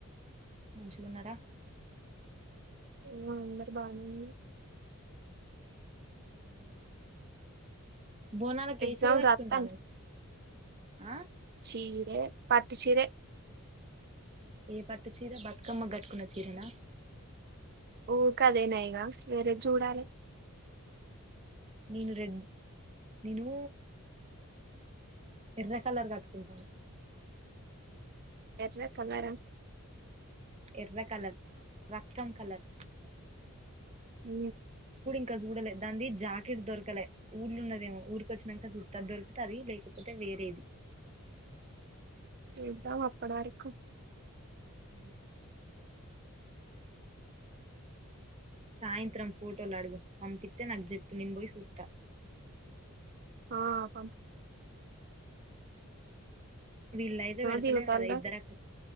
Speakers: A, on the right; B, on the right.
A: మంచిగ్ ఉన్నారా
B: హ్మ్ అందరు బానే ఉన్నారు
A: హ్మ్ బోనాలకేసీరా
B: ఎగ్జామ్
A: కట్టుకుంటానావ్
B: రాత్తాను
A: ఆ
B: చీరే పట్టు చీరె
A: ఏ పట్టు చీర బతుకమ్మ కట్టుకున్న చీరనా
B: ఊ కదేనై వేర చూడాలే
A: నేను రెడ్ నేను ఎర్ర కలర్ కట్టుకుంటాను
B: ఎర్ర కలరా
A: ఎర్ర కలర్ రక్తం కలర్
B: ఉ
A: ఇం చూడలే దాది జాకెట్ దొరకలే ఊర్ళలు ఉన్నదేమో ఊరిక వచ్చినాక చు దొరికుత అది లేకపోతే వేరేది
B: చూద్దాం అప్పుడు వరకు
A: అ సాయంత్రం ఫోటోలు అడుగు పంపిస్తతే నాకు జప్పు నిను పోయి చూస్తా
B: ఆ ప
A: వీళ్ళయితే పెడతలేరు
B: దిగుతారులే
A: కదా ఇద్దరు అక్క